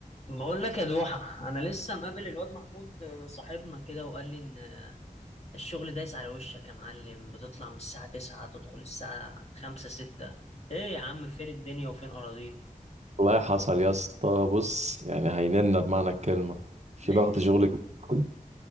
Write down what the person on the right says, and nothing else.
والله حصل يا اسطى بص يعني هيننا بمعنى الكلمة في
ضغط
شغل كبير أوي.